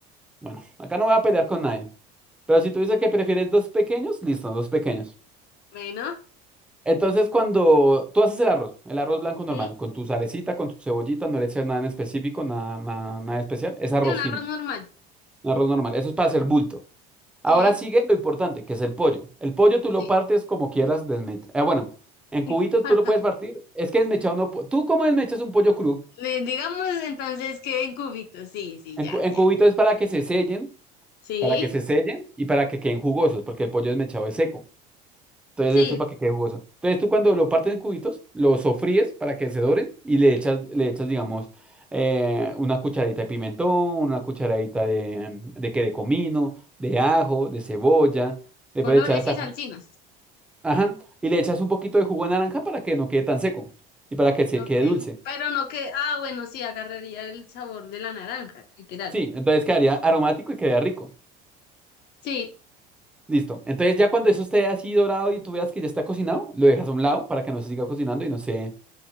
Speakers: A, in the centre; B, on the left.
A: bueno, acá no voy a pelear con nadie. Pero si tú dices que prefieres dos pequeños, listo, dos pequeños.
B: Bueno,
A: Entonces, cuando tú haces el arroz, el arroz blanco normal,
B: sí.
A: con tu salecita, con tu cebollita, no le echas nada en específico, nada, nada, nada especial, es arroz
B: Sí, un arroz
A: simple,
B: normal.
A: un arroz normal. Eso es para hacer bulto. Ahora
B: Sí,
A: sigue lo importante, que es el pollo. El pollo tú
B: sí.
A: lo partes como quieras desmechado. bueno, en cubitos
B: <laughs>
A: tú lo puedes partir. Es que desmechado no. pu- ¿Tú cómo desmechas un pollo crudo?
B: Le- Digamos entonces que en cubitos, sí, sí,
A: En,
B: ya,
A: cu- en
B: ya.
A: cubitos es para que se sellen,
B: Sí,
A: para que se sellen y para que queden jugosos, porque el pollo desmechado es seco. Entonces
B: sí,
A: eso es para que quede jugoso. Entonces tú cuando lo partes en cubitos, lo sofríes para que se doren y le echas, le echas, digamos, eh, una cucharadita de pimentón, una cucharadita de, de que de comino, de ajo, de cebolla. Después
B: Colores
A: echar hasta
B: y salsinas.
A: Ajá. Y le echas un poquito de jugo de naranja para que no quede tan seco y para que se
B: Ok.
A: quede dulce.
B: Pero no que, ah, bueno, sí, agarraría el sabor de la naranja, literal.
A: Sí, entonces quedaría aromático y quedaría rico.
B: Sí,
A: Listo. Entonces ya cuando eso esté así dorado y tú veas que ya está cocinado, lo dejas a un lado para que no se siga cocinando y no se,